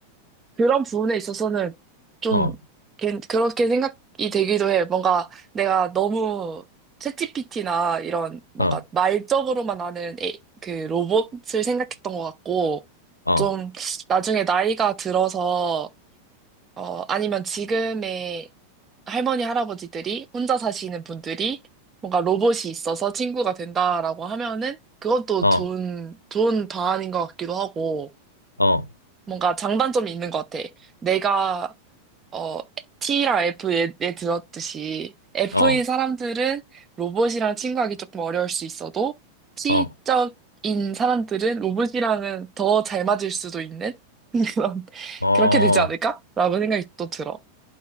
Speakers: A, on the right; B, on the left.
A: 그런 부분에 있어서는 좀,
B: 어,
A: 괜- 그렇게 생각이 되기도 해. 뭔가 내가 너무 챗GPT나 이런 뭔가
B: 어,
A: 말적으로만 아는 에- 그 로봇을 생각했던 것 같고,
B: 어,
A: 좀 나중에 나이가 들어서, 어, 아니면 지금의 할머니, 할아버지들이 혼자 사시는 분들이 뭔가 로봇이 있어서 친구가 된다라고 하면은 그건 또
B: 어,
A: 좋은, 좋은 방안인 것 같기도 하고
B: 어,
A: 뭔가 장단점이 있는 것 같아. 내가, 어, T랑 F에 들었듯이 F인
B: 어,
A: 사람들은 로봇이랑 친구하기 조금 어려울 수 있어도 T적인
B: 어,
A: 사람들은 로봇이랑은 더 잘 맞을 수도 있는 <laughs> 그런,
B: 어.
A: 그렇게 되지 않을까라고 생각이 또 들어.